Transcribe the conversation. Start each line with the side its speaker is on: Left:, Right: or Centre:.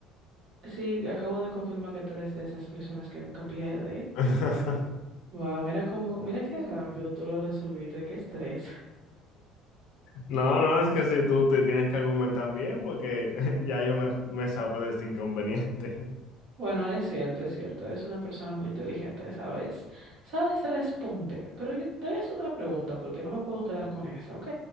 Right: Sí, acabo de confirmar que tú eres de esas personas que nunca pierde.
Left: <laughs>
Right: Wow, mira cómo, mira qué rápido tú lo resolviste, qué estrés.
Left: No, no, es que si tú te tienes que argumentar bien, porque <laughs> ya yo me, me salgo de este inconveniente.
Right: Bueno, es cierto, es cierto. Eres una persona muy inteligente, sabes, sabes responder. Pero yo te voy a hacer otra pregunta porque no me puedo quedar con esa, ¿ok?